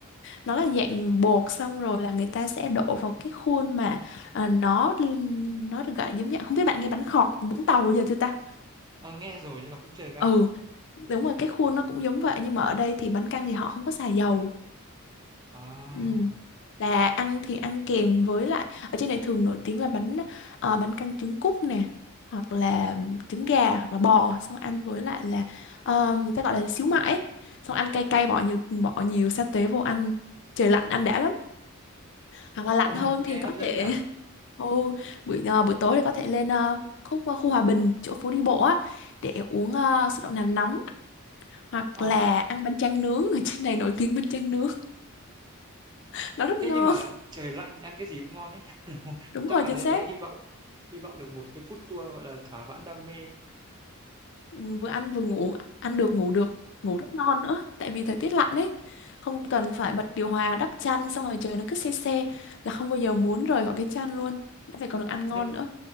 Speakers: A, on the left; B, on the right.
A: nó là dạng bột xong rồi là người ta sẽ đổ vào cái khuôn mà ờ, nó nó được gọi giống như không biết bạn nghe bánh khọt Vũng Tàu giờ chưa ta
B: Ờ, nghe rồi nhưng mà cũng chưa được ăn
A: ừ đúng rồi cái khuôn nó cũng giống vậy nhưng mà ở đây thì bánh căn thì họ không có xài dầu
B: à,
A: ừ. là ăn thì ăn kèm với lại ở trên này thường nổi tiếng là bánh ờ, bánh căn trứng cút nè hoặc là trứng gà hoặc là bò xong ăn với lại là ờ, người ta gọi là xíu mại ấy. xong ăn cay cay bỏ nhiều bỏ nhiều sa tế vô ăn trời lạnh ăn đã lắm hoặc là lạnh
B: <laughs>
A: hơn
B: nghe
A: thì có
B: hấp dẫn
A: thể
B: nhỉ
A: <laughs> Ồ, buổi ờ, buổi tối thì có thể lên ờ, khúc ờ, khu Hòa Bình chỗ phố đi bộ á để uống ờ, sữa đậu nành nóng hoặc
B: Ờ,
A: là ăn bánh tráng nướng ở trên này nổi tiếng bánh tráng nướng <laughs> nó rất
B: ê
A: ngon
B: nhưng mà trời lạnh ăn cái gì cũng ngon đấy
A: đúng
B: chắc
A: rồi
B: là
A: chính
B: lên
A: xác
B: đấy hy vọng hy vọng được một cái food tour gọi là thỏa mãn đam mê
A: Ừ, vừa ăn vừa ngủ ăn được ngủ được ngủ rất ngon nữa tại vì thời tiết lạnh đấy không cần phải bật điều hòa đắp chăn xong rồi trời nó cứ se se là không bao giờ muốn rời khỏi cái chăn luôn đã phải còn được ăn ngon
B: nhưng
A: nữa